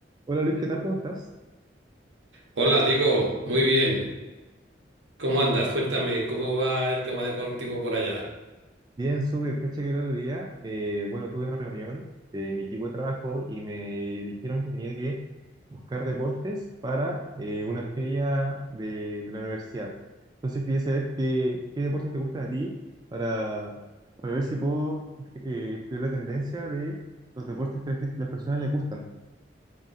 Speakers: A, on the right; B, on the right.
A: Hola Luis, ¿qué tal? ¿Cómo estás?
B: Hola, Diego, muy bien. ¿Cómo andas? Cuéntame, ¿cómo va el tema deportivo por allá?
A: Bien, súper. Caché que el otro día, eh, bueno, tuve una reunión de mi equipo de trabajo y me dijeron que tenía que buscar deportes para eh, una feria de, de la universidad. Entonces quería saber qué, qué deportes te gustan a ti para, para ver si puedo eh, estudiar la tendencia de los deportes que a la gen- las personas les gustan,